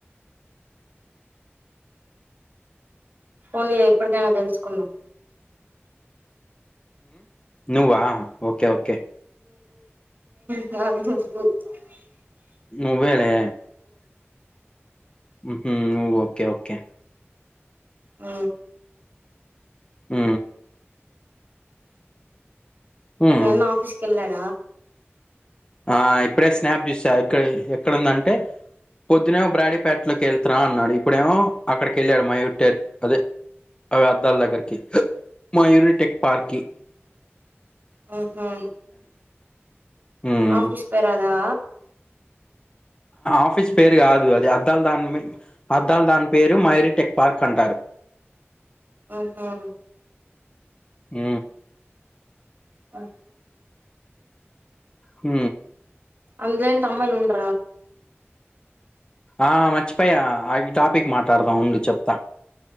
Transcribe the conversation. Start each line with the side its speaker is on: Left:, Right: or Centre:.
Right: ఫన్లీ ఎప్పటికైనా తెలుసుకుందాం
Left: నువ్వా ఓకే ఓకే
Right: అ
Left: నువ్వలే ఓ ఓకే ఓకే
Right: అ
Left: ఆ ఉమ్
Right: నేన్న ఆఫీస్కిళ్ళాను
Left: ఆ ఇప్పుడే స్నాప్ చూసా ఇక్క ఎక్కడందంటే పొద్దున్న బ్రాడ ప పెట్లక త నా ఇప్పుడేమో అక్కడికి వెళ్ళాడు మా ఒట్టేరు అదే అ అద్దాల దగ్గరకి మయూరిటెక్ పార్కి
Right: ఆఓహా
Left: హ్మ్
Right: ఆఫీస్ పేరాదా
Left: ఆఫీస్ పేరు కాదు అది అద్దల్ దాని అద్దాల దాని పేరు మైరి టెక్ పార్క్ అంటారు
Right: ఆహా
Left: ఆ
Right: ఆ
Left: హ
Right: అంతేం తమ్మల్ ఉండ
Left: ఆ మచ్చి పయ్య ఆ టాపిక్ మా ప్రార్థం ఉందుంది చెప్తా